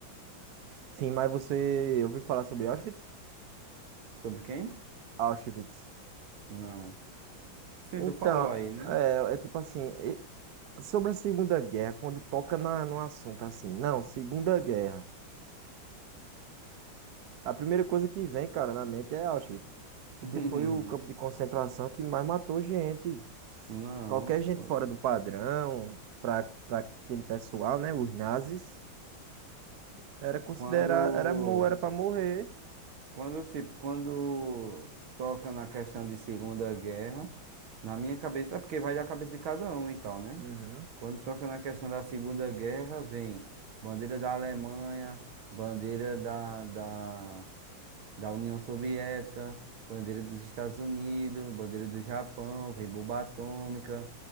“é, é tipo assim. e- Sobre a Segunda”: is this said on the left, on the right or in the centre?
Right